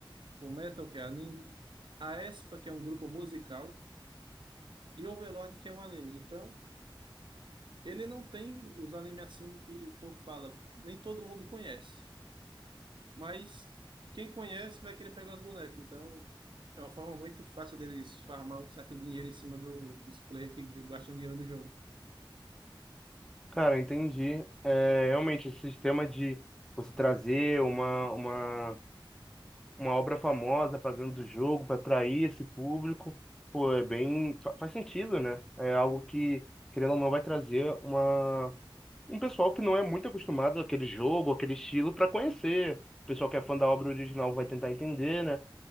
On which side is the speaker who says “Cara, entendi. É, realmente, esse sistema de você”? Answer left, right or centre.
Centre